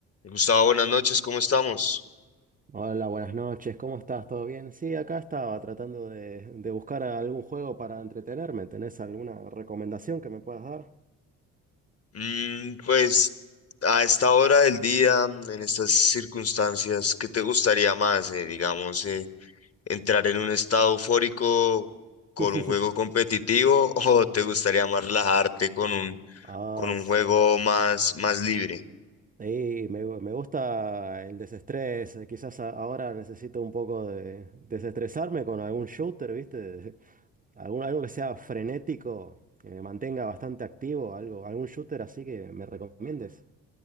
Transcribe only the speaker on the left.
Gustavo, buenas noches, ¿cómo estamos?
Mm, pues a esta hora del día, en estas circunstancias, ¿qué te gustaría más? eh, digamos, eh, entrar en un estado eufórico con
un juego competitivo <laughs> o te gustaría más relajarte con un,
con un
juego más, más libre?